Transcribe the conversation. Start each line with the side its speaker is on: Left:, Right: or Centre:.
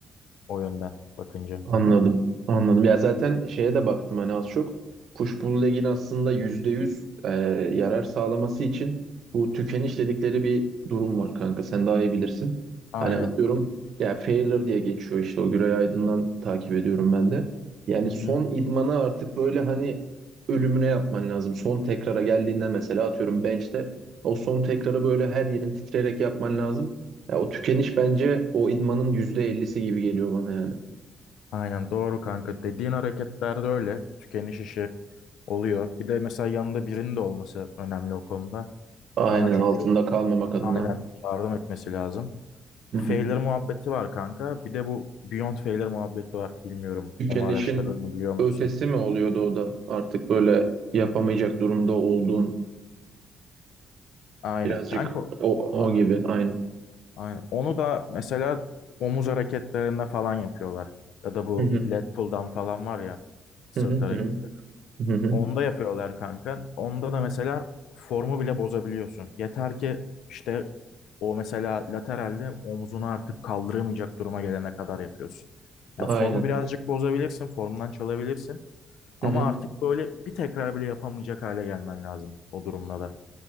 Left: o yönden bakınca.
Right: Anladım. Anladım. Ya zaten şeye de baktım hani az çok. Kuşbulu legin aslında %100 e, yarar sağlaması için bu tükeniş dedikleri bir durum var kanka. Sen daha iyi bilirsin.
Left: Aynen.
Right: Hani atıyorum ya Failure diye geçiyor işte o Güray Aydın'dan takip ediyorum ben de. Yani
Left: Hı
Right: son
Left: hı.
Right: idmanı artık böyle hani ölümüne yapman lazım. Son tekrara geldiğinde mesela atıyorum bench'te o son tekrarı böyle her yerin titreyerek yapman lazım. Ya o tükeniş bence o idmanın yüzde elli'si gibi geliyor bana yani.
Left: Aynen doğru kanka. Dediğin hareketlerde öyle tükeniş işi oluyor. Bir de mesela yanında birinin de olması önemli o konuda.
Right: Aynen
Left: Sana çünkü
Right: altında kalmamak adına.
Left: aynen yardım etmesi lazım. Failure
Right: Hı hı.
Left: muhabbeti var kanka. Bir de bu Beyond Failure muhabbeti var. Bilmiyorum.
Right: Tükenişin
Left: Onu araştırdığını biliyor musun?
Right: ötesi mi oluyordu o da artık böyle yapamayacak durumda olduğun
Left: Aynen
Right: birazcık
Left: kanka.
Right: o,
Left: a-
Right: o gibi aynen.
Left: Aynen. Onu da mesela omuz hareketlerinde falan yapıyorlar. Ya da bu
Right: Hı hı.
Left: lat pull'dan falan var ya sırt
Right: Hı hı. Hı
Left: hareketi.
Right: hı. Hı hı.
Left: Onda yapıyorlar kanka. Onda da mesela formu bile bozabiliyorsun. Yeter ki işte o mesela lateralde omzunu artık kaldıramayacak duruma gelene kadar yapıyorsun. Ya
Right: Aynen.
Left: formu birazcık bozabilirsin, formdan çalabilirsin. Ama
Right: Hı hı.
Left: artık böyle bir tekrar bile yapamayacak hale gelmen lazım o durumda da.